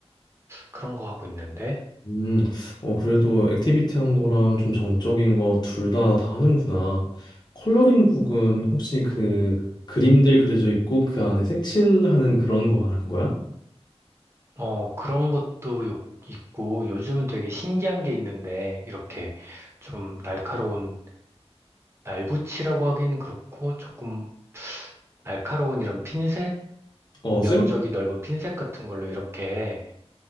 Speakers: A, on the right; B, on the left.
A: 그런 거 하고 있는데,
B: 음. 어 그래도 액티비티한 거랑 좀 정적인 거 둘 다 다 하는구나. 컬러링 북은 혹시 그 그림들 그려져 있고 그 안에 색칠하는 그런 거 말하는 거야?
A: 어, 그런 것도 요- 있고, 요즘은 되게 신기한 게 있는데, 이렇게 좀 날카로운, 날붙이라고 하기는 그렇고, 조금 날카로운 이런 핀셋?
B: 어
A: 면적이
B: 쌤.
A: 넓은 핀셋 같은 걸로 이렇게